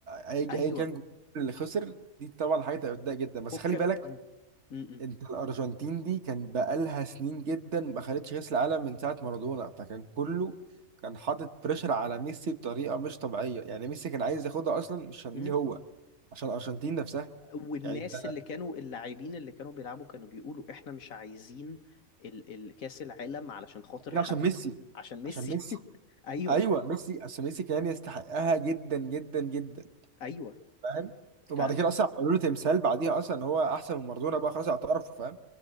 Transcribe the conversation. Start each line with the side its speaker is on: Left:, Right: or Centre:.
Right: اي ايا
Left: ايوه
Right: كان الجمهور اللي خسر دي طبعا حاجه تبقى بتضايق جدا بس
Left: فك
Right: خلي بالك
Left: م- م- م-
Right: انت الارجنتين دي كان بقالها سنين جدا ما خدتش كاس العالم من ساعه مارادونا فكان كله كان حاطط بريشر على ميسي بطريقه مش طبيعيه يعني ميسي كان عايز ياخدها اصلا مش عشان
Left: م.
Right: ليه هو عشان الارجنتين نفسها
Left: والناس
Right: يعني انت
Left: اللي كانوا اللاعبين اللي كانوا بيلعبوا كانوا بيقولوا احنا مش عايزين ال... الكاس العالم علشان خاطر
Right: عاملين
Left: حد
Right: عشان ميسي
Left: عشان ميسي
Right: عشان ميسي
Left: <laughs> ايوه
Right: ايوه ميسي عشان ميسي كان يستحقها جدا جدا جدا
Left: ايوه
Right: فاهم
Left: ف
Right: وبعد
Left: ف-
Right: كده اصلا عملوا له تمثال بعديها اصلا ان هو احسن من مارادونا بقى خلاص اعترفوا فاهم